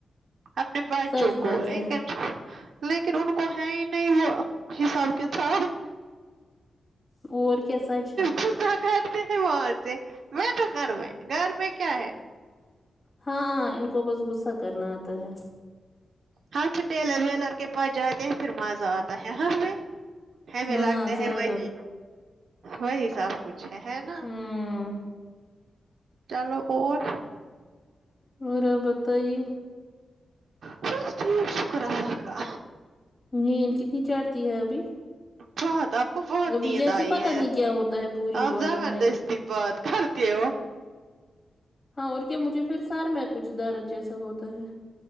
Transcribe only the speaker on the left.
سچ بات
ہے
اور کیا سچ ہے
ہاں ان کو بس غصہ کرنا آتا ہے
ہاں
زیادہ
ہوں
اورا بتائیے
نیل کتنی چڑھتی ہے ابھی
ابھی
جیسے
پتا
نہیں کیا ہوتا ہے پوری
باڈی
میں
ہاں اور کیا مجھے پھر سار میں کچھ درد جیسا ہوتا ہے